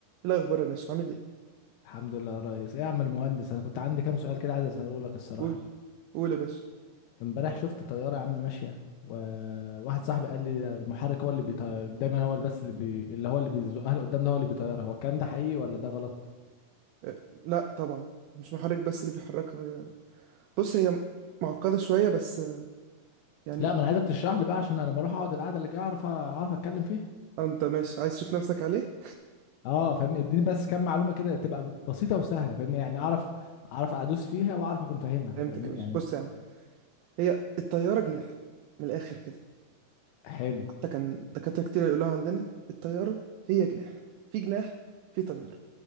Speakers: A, on the right; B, on the left.
A: إيه الأخبار يا باشا عامل إيه؟
B: الحمد لله يا ريس ايه يا عم المهندس انا كنت عندي كام سؤال كده عايز اساله لك الصراحه
A: قول قول يا باشا
B: امبارح شفت طياره يا عم ماشيه وواحد صاحبي قال لي ده المحرك هو اللي بيطير دايما هو اللي بس اللي بي... اللي هو اللي بيزقها لقدام ده هو اللي بيطيرها هو الكلام ده حقيقي ولا ده غلط
A: أه، لا طبعا مش محرك بس اللي بيحركها هي- بص هي معقدة شوية بس أه، يعني
B: لا ما انا عايزك تشرح لي بقى عشان انا لما اروح اقعد القعده اللي جايه اعرف اعرف اتكلم فيها
A: أنت ماشي عايز تشوف نفسك عليه؟
B: اه فاهمني اديني بس كام معلومه كده تبقى بسيطه وسهله فاهمني يعني اعرف اعرف ادوس فيها واعرف اكون فاهمها
A: فهمتك
B: فاهمني
A: يا باشا
B: يعني
A: بص يا عم هي الطيارة جناح من الآخر كده
B: حلو
A: حتى كان دكاترة كتير يقولوها عندنا الطيارة هي جناح في جناح في طيارة